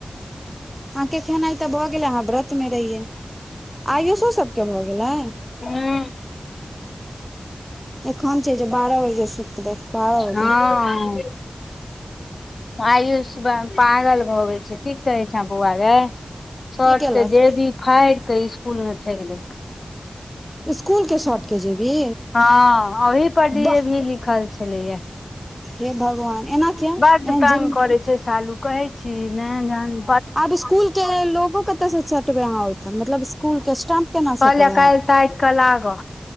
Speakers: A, in the centre; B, on the left.
A: अहाँके खेनाइ तऽ भऽ गेले अहाँ व्रत में रहिये आयो सभके भऽ गेलै
B: हम्म
A: एखन छै जे बारह बजे सुतबै बारह बजे
B: हँ आयुषव पागल भगेल छै की कहै छें बौआ गे शर्ट
A: की केलक
B: के जेबी फाइर क स्कुल में फेक देलकै
A: इसकूल के शर्ट के जेबी
B: हँ ओहि पर डी
A: वाह
B: ए भी लिखल छलैया
A: हे भगवान एना किया एना
B: बड्ड तंग
A: जुलम
B: करे
A: किये
B: छै सालू कहै छी ही ने जान
A: आब इसकुल के लोगो कतय से सटबै अहाँ ओइ पर मतलब स्कुल के स्टम्प कते नशटब
B: कहलियै
A: हमर
B: काल्हि ताकि कऽ लागऽ